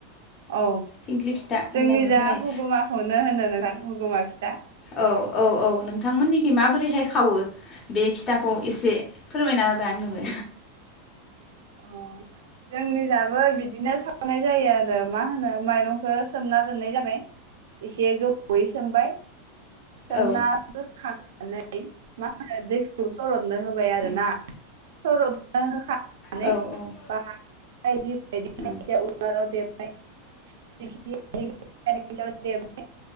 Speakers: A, on the right; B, on the left.
A: औ
B: थिंख्लि फिथा होननायबो
A: जोंनि जा
B: खोनायो
A: हुगुमाखौनो होनो नोंथां हुगुमा फि
B: औ औ औ नोंथांमोननिखि मा बोरैहाय खावो बे फिथाखौ एसे फोरमायना होदों आंनोबो
A: अ जोंनिजाबो बिदिनो सावनाय जायो आरो मा होनो माइरंखो सोमना दोननाय जाबाय एसे गोबौवै सोमबाय सोमना
B: औ
A: बोखांनानै मा होनो दैखौ सर'त नो होबाय आरो
B: उम
A: ना सर'दनो होखां नानै
B: औ औ
A: बा बायदि बायदिया
B: उम
A: उनालाव दे बाय खायफाया दिंखियाव देबाय